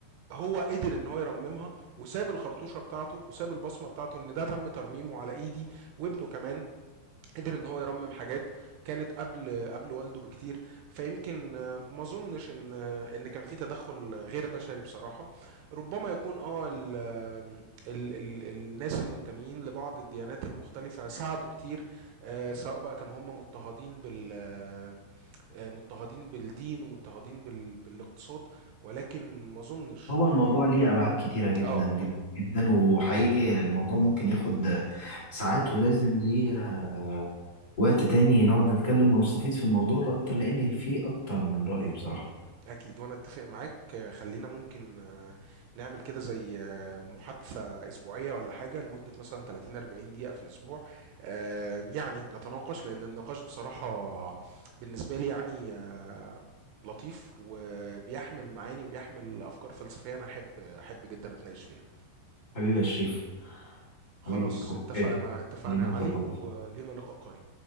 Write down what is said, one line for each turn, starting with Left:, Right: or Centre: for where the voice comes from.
Right: هو قدر ان هو يرممها وساب الخرطوشه بتاعته وساب البصمه بتاعته ان ده تم ترميمه على ايدي وابنه كمان قدر ان هو يرمم حاجات كانت قبل قبل والده بكتير فيمكن آه، ما اظنش ان آه، ان كان في تدخل غير بشري بصراحه ربما يكون اه ال ال ال الناس المنتمين لبعض الديانات المختلفه ساعدوا كتير آه، سواء بقى كانوا هم مضطهدين بال آه، آه، مضطهدين بالدين ومضطهدين بال بالاقتصاد ولكن ما اظنش
Left: هو الموضوع
Right: ان
Left: ليه أبعاد كتيرة جدا
Right: اه
Left: جدا
Right: اه
Left: جدا وحقيقي الموضوع ممكن ياخد ساعات ولازم ليه آه، وقت تاني نقعد نتكلم ونستفيد في الموضوع ده أكتر لأن فيه أكتر من رأي بصراحة
Right: أكيد وأنا أتفق معاك آه، خلينا ممكن آه، نعمل كده زي آه، محادثة أسبوعية ولا حاجة لمدة مثلا 30 40 دقيقة في الأسبوع آه، يعني نتناقش لأن النقاش بصراحة بالنسبة لي يعني آه، لطيف وبيحمل معاني وبيحمل أفكار فلسفية أنا أحب أحب جدا أتناقش فيها
Left: حبيبي يا شريف
Right: خلاص
Left: حبيبي أوكي
Right: اتفقنا اتفقنا
Left: خلينا
Right: يا علي
Left: نظبط
Right: ولينا لقاء قريب